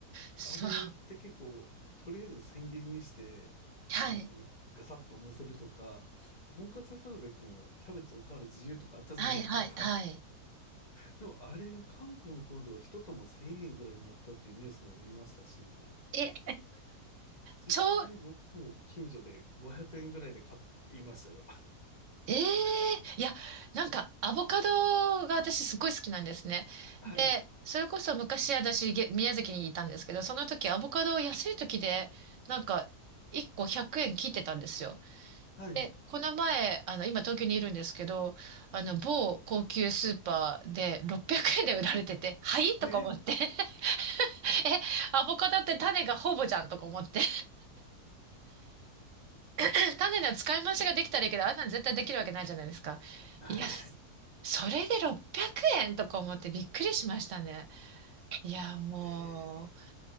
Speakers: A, on the right (about 60°); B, on the left (about 30°).
A: そう。
B: あれって結構、とりあえず千切りにして、
A: はい。
B: うんガサッと乗せるとか、とんかつ屋さんとか行っても、キャベツおかわり自由とかあったじゃないですか。
A: はい、はい、はい。
B: でも、あれが関東の方では一玉1000円ぐらいになったっていうニュースも見ましたし、
A: え、
B: 実際僕も近所で500円ぐらいで買いましたよ。
A: ちょ、
B: <laughs>
A: ええいや、なんか、アボカドが私すごい好きなんですね。
B: はい。
A: で、それこそ昔私、げ宮崎にいたんですけど、その時アボカドを安い時で、なんか、1個100円切ってたんですよ。
B: はい。
A: で、この前、あの、今東京にいるんですけど、あの、某高級スーパーで600円で売られてて、はいとか思って、
B: え
A: <laughs> え、アボカドって種がほぼじゃんとか思って、<laughs> 種の使い回しができたらいいけど、あんなの絶対できるわけないじゃないですか。
B: はい。
A: いや、それで600円とか思ってびっくりしましたね。いや、も
B: <laughs> えー